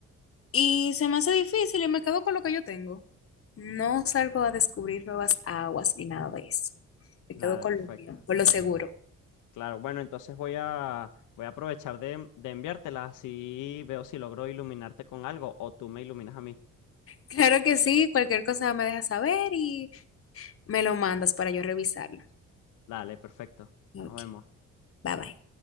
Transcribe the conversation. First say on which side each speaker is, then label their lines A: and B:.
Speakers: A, on the left; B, on the left.
A: y se me hace difícil y me quedo con lo que yo tengo. No salgo a descubrir nuevas aguas ni nada de eso. Me
B: Dale,
A: quedo con
B: perfecto.
A: lo mío, con lo seguro.
B: Claro, bueno, entonces voy a, voy a aprovechar de, de enviártelas así veo si logro iluminarte con algo o tú me iluminas a mí.
A: Claro que sí, cualquier cosa me dejas saber y me lo mandas para yo revisarlo.
B: Dale, perfecto.
A: Ok,
B: Nos vemos.
A: bye bye.